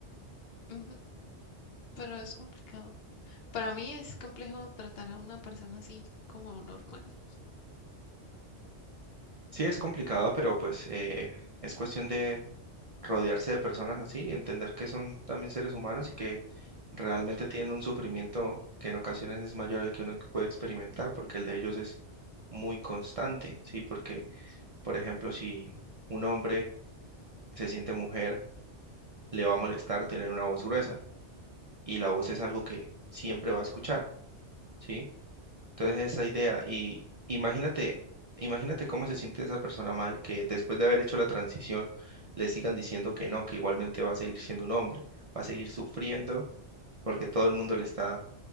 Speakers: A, on the left; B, on the right.
A: ujú, Pero es complicado. Para mí es complejo tratar a una persona así como normal.
B: Sí, es complicado, pero pues eh, es cuestión de rodearse de personas así, entender que son también seres humanos y que realmente
A: Ujú,
B: tienen un sufrimiento que en ocasiones es mayor al que uno puede experimentar, porque el de ellos es muy constante, ¿sí? Porque, por ejemplo, si un hombre se siente mujer, le va a molestar tener una voz gruesa y la voz es algo que siempre va a escuchar, ¿sí? Entonces esa idea y imagínate, imagínate cómo se siente esa persona mal que después de haber hecho la transición le sigan diciendo que no, que igualmente va a seguir siendo un hombre, va a seguir sufriendo porque todo el mundo le está